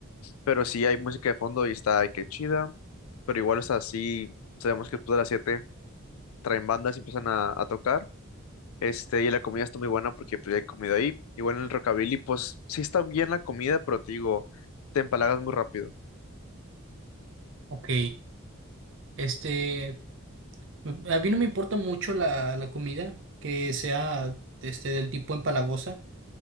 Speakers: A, on the left; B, on the right.
A: pero sí hay música de fondo y está, ay, qué chida. Pero igual es así, sabemos que después de las 7 traen bandas y empiezan a a tocar Este, y la comida está muy buena porque pues, ya he comido ahí. Igual en el Rockabilly, pues sí está bien la comida, pero te digo, te empalagas muy rápido.
B: Ok, este, m- a mí no me importa mucho la, la comida que sea este, del tipo empalagosa.